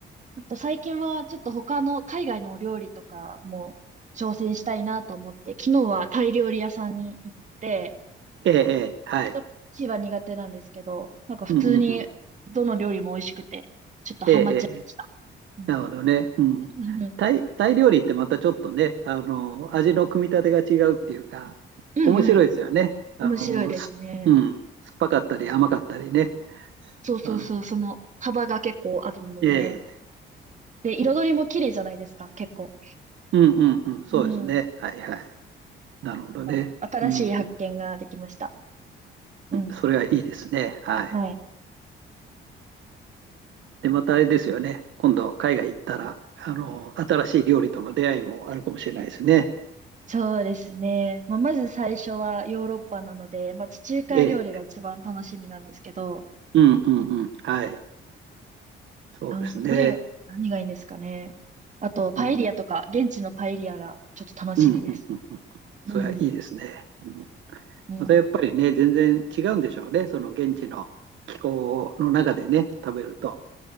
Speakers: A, on the right; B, on the right.
A: あと最近はちょっと他の海外のお料理とかも挑戦したいなと思って、昨日はタイ料理屋さんに行って、
B: ええ、ええ、はい。
A: ちょっとチーは苦手なんですけど、なんか普通にどの料理も美味しくて、
B: うん、うん、うん。
A: ちょっとハマっちゃいました。
B: ええ、ええ。ええ
A: うん
B: なるほどね。うん。
A: うんうんうん。
B: タイ、タイ料理ってまたちょっとね、あの、味の組み立てが違うっていうか、
A: うんうん
B: 面白いですよね。あの、
A: 面白いですね。
B: す、うん。酸っぱかったり甘かったりね。
A: そうそうそう、
B: あの、
A: その幅が結構あるので、
B: ええ。
A: で、彩りも綺麗じゃないですか、結構。
B: うん、うん、うん。そうですね。
A: うん。だ
B: はい、はい。なるほどね。
A: から、新しい発見ができました。
B: うん。
A: うん。
B: それはいいですね。はい。
A: はい。
B: で、またあれですよね。今度、海外行ったら、あの、新しい料理との出会いもあるかもしれないですね。
A: そうですね。まあ、まず最初はヨーロッパなので、まあ、地中海料理が一番楽しみなんですけど、
B: ええ。うんうんうん。はい。そうですね。
A: なんかどれ、何がいいんですかね。あと、パエリアとか、
B: うん。
A: 現地のパエリアがちょっと楽しみです。
B: うんうんうんうん。
A: うん。
B: それはいいですね。うん。
A: うん。
B: またやっぱりね、全然違うんでしょうね。その現地の気候の中でね、食べると。